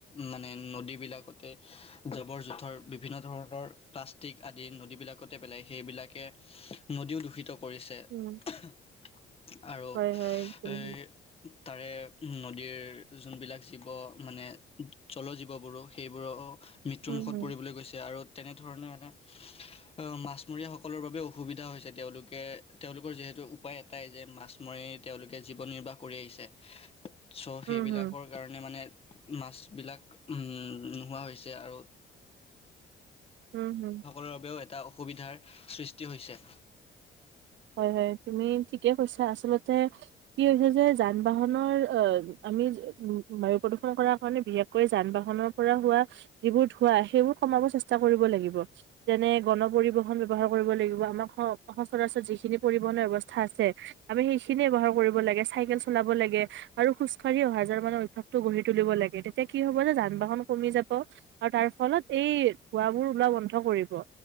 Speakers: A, on the left; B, on the right.
A: মানে নদী বিলাকতে জাবৰ জোথৰ, বিভিন্ন ধৰণৰ প্লাচ তিক আদি নদীবিলাকতে পেলাই, সেইবিলাকে নদীও দূষিত কৰিছে
B: উম
A: <inaudible> আৰু
B: হয় হয় উম
A: এই তাৰে উম নদীৰ যোনবিলাক জীৱ, মানে জল জীৱবোৰো সেইবোৰো মৃত্যু
B: উম
A: মুখত
B: হুম
A: পৰিবলৈ গৈছে আৰু তেনেধৰণে এনে আহ মাছমৰীয়া সকলৰ বাবে অসুবিধা হৈছে। তেওঁলোকে তেওঁলোকৰ যিহেতু উপায় এটাই যে মাছ মাৰি তেওঁলোকে জীৱন নিৰ্বাহ কৰি আহিছে ছ'
B: উম
A: সেইবিলাকৰ
B: হুম
A: কাৰণে মানে মাছ বিলাক উম নোহোৱা হৈছে আৰু
B: উম হম।
A: ৰ বাবেও এটা অসুবিধাৰ সৃষ্টি হৈছে।
B: হয় হয় তুমি ঠিকে কৈছা আচলতে, কি হৈছে যে যান বাহনৰ আহ আমি উ বায়ু প্ৰদূষন কৰাৰ কাৰণে বিশেষকৈ যান বাহনৰ পৰা হোৱা, যিবোৰ ধোঁৱা সেইবোৰ কমাব চেষ্টা কৰিব লাগিব, যেনে গণ পৰিবহন ব্যৱহাৰ কৰিব লাগিব, আমাক স যি যখিনি পৰিবহনৰ ব্যৱস্থা আছে আমি সেইখিনিে বৱহাৰ কৰিব লাগে, চাইকেল চলাব লাগে, আৰু খোজ কঢ়ি অহা যোৱা‌ৰো মানে অভ্যাসটো গঢ়ি তুলিব লাগে, তেতিয়া কি হব যে যান বাহন কমি যাব। আৰু তাৰ ফলত এই ধোৱা বোৰ ওলোৱা বন্ধ কৰিব।